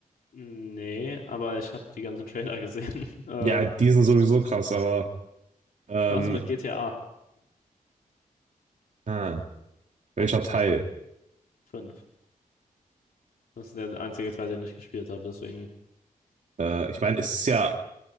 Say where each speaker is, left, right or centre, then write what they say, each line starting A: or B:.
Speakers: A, on the left; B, on the right.
A: nee, aber ich habe die ganzen Trailer gesehen. <laughs> Äh,
B: Ja, die sind sowieso krass, aber ähm,
A: Was mit GTA
B: ah, welcher Teil?
A: 5? Das ist der einzige Teil, den ich gespielt habe, deswegen.
B: Äh, ich meine, es ist ja